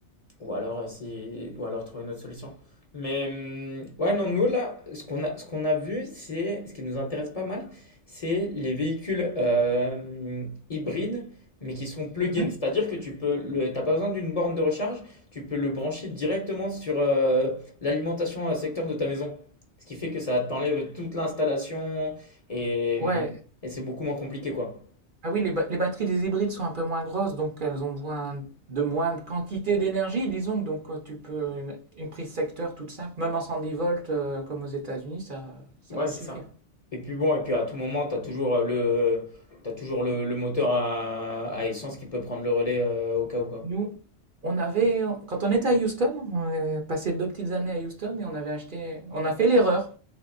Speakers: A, on the left; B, on the right.
A: ou alors, euh, si, ou alors trouver une autre solution. Mais hum, ouais, non, nous là, ce qu'on a, ce qu'on a vu, c'est ce qui nous intéresse pas mal, c'est les véhicules euh, hybrides, mais qui sont plug-in.
B: Mhm.
A: C'est-à-dire que tu peux, le, t'as pas besoin d'une borne de recharge, tu peux le brancher directement sur euh, l'alimentation euh, secteur de ta maison. Ce qui fait que ça t'enlève toute l'installation et,
B: Ouais,
A: hum, et c'est beaucoup moins compliqué, quoi.
B: Ah oui, les, ba- les batteries des hybrides sont un peu moins grosses, donc elles ont besoin de moins de quantité d'énergie, disons. Donc euh, tu peux une, une prise secteur toute simple, même en 110 volts euh, comme aux États-Unis, ça, ça
A: Ouais,
B: peut
A: c'est
B: suffire.
A: ça. Et puis bon, et puis à tout moment, tu as toujours euh, le, t'as toujours le, le moteur à, à essence qui peut prendre le relais euh, au cas où quoi.
B: Nous, on avait, quand on était à Houston, on est passé deux petites années à Houston et on avait acheté, on a fait l'erreur